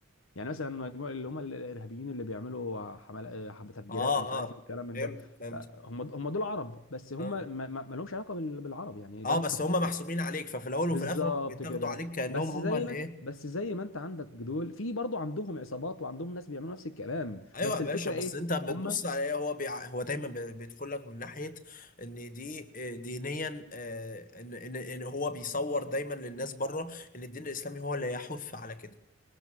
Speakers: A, on the left; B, on the left.
A: يعني مثلا مجموعة اللي هم الارهابيين اللي بيعملوا حمل... حب- تفجيرات
B: اه
A: ومش عارف
B: اه
A: ايه والكلام من
B: فهمت
A: ده
B: فهمت
A: فهم هم دول عرب بس هم
B: اه
A: ما, ما... ما لهمش علاقه بال... بالعرب يعني
B: اه
A: ده مش
B: بس
A: ثقافتنا
B: هم محسوبين عليك ففي الاول
A: بالظبط
B: وفي الاخر هم بيتاخدوا
A: كده
B: عليك كانهم
A: بس
B: هم
A: زي
B: اللي
A: ما
B: ايه
A: انت- بس زي ما انت عندك دول في برضه عندهم عصابات وعندهم ناس بيعملوا نفس الكلام
B: ايوه
A: بس
B: يا باشا
A: الفكره
B: بس
A: ايه
B: انت بتبص
A: هم
B: على ايه هو بيع... هو دايما بي- بيدخل لك من ناحيه ان دي آه، دينيا آه، ان ان ان هو بيصور دايما للناس بره ان الدين الاسلامي هو اللي يحث على كده